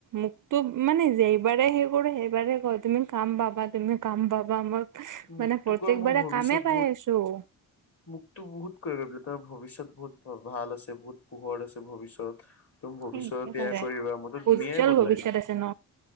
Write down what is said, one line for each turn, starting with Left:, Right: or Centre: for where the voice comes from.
Right: মোকতো মানে যে বাৰে সেই কৰে সেইবাৰে কয় তুমি কাম পাবা, তুমি কাম পাবা, মই মানে
Left: মোকতো
Right: প্ৰত্যেকবাৰে
Left: কয় মোৰ ভৱিষ্যত
Right: কামেই পাই
Left: বহুত
Right: আছোঁ।
Left: মোকতো বহুত কৰিব, তোমাৰ ভৱিষ্যত বহুত ভাল আছে, বহুত পোহৰ আছে ভৱিষ্যত। তুমি ভৱিষ্যত
Right: একেবাৰে
Left: এইয়া কৰিবা, মইতো দুনীয়াই
Right: উজ্জ্বল
Left: বদলাই
Right: ভৱিষ্যত
Left: দিম।
Right: আছে ন